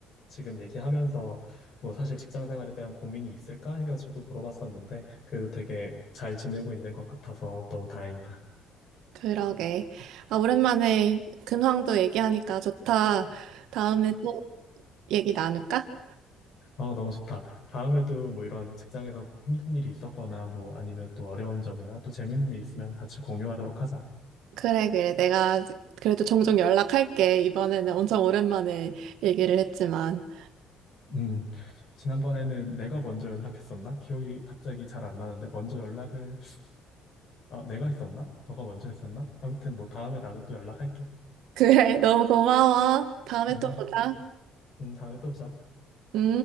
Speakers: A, on the left (about 40°); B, on the right (about 70°).
A: 지금 얘기하면서 뭐 사실 직장 생활에 대한 고민이 있을까 해가지고 물어봤었는데 그래도 되게 잘 지내고 있는 것 같아서 너무 다행이다.
B: 그러게. 아, 오랜만에 근황도 얘기하니까 좋다. 다음에 또 얘기 나눌까?
A: 어, 너무 좋다. 다음에도 뭐 이런 직장에서 힘든 일이 있었거나 뭐 아니면 또 어려운 점이나 또 재밌는 일 있으면 같이 공유하도록 하자.
B: 그래, 그래. 내가 그래도 종종 연락할게. 이번에는 엄청 오랜만에 얘기를 했지만.
A: 음, 지난번에는 내가 먼저 연락했었나? 기억이 갑자기 잘 안 나는데 먼저 연락을 아, 내가 했었나? 너가 먼저 했었나? 아무튼 뭐 다음에 나도 또 연락할게.
B: 그래, 너무 고마워. 다음에
A: 음,
B: 또 보자.
A: 음, 다음에 또 보자.
B: 응?